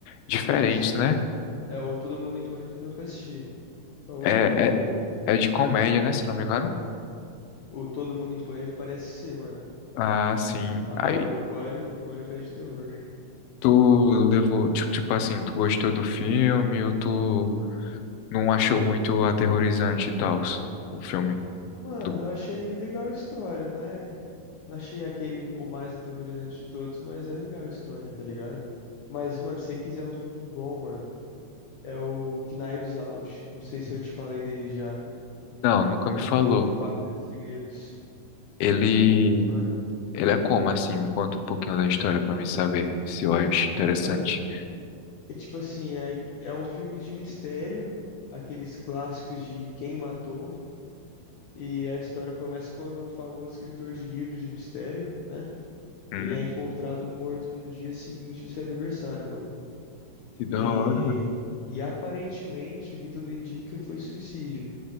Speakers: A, on the left; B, on the left.
A: diferentes,
B: Isso.
A: né?
B: É o Todo Mundo em Pânico eu nunca assisti. É o
A: É,
B: Pânico mesmo.
A: é, é de comédia, né? Se não me engano.
B: O Todo Mundo em Pânico parece ser, mano.
A: Ah, sim.
B: Agora
A: Aí
B: o Pânico, o Pânico é de terror.
A: tu levou, tipo, tipo assim, tu gostou do filme ou tu não achou muito aterrorizante e tal, o filme
B: Mano,
A: do...
B: eu achei legal a história, não é? Não achei aquele o mais aterrorizante de todos, mas é legal a história, tá ligado? Mas, mano, se você quiser um filme bom, mano, é o Knives Out. Não sei se eu te falei dele já.
A: Não, nunca me
B: O
A: falou.
B: Entre Facas e Segredos.
A: Ele
B: Mano,
A: Ele é como assim? Me conta um pouquinho da história pra mim saber se eu acho interessante.
B: mano, é tipo assim, é, é um filme de mistério, aqueles clássicos de quem matou. E a história começa quando um famoso escritor de livros de mistério, né?
A: Hum,
B: Ele é encontrado morto no dia seguinte do seu aniversário, mano.
A: que da
B: E,
A: hora.
B: e aparentemente o que tudo indica foi suicídio,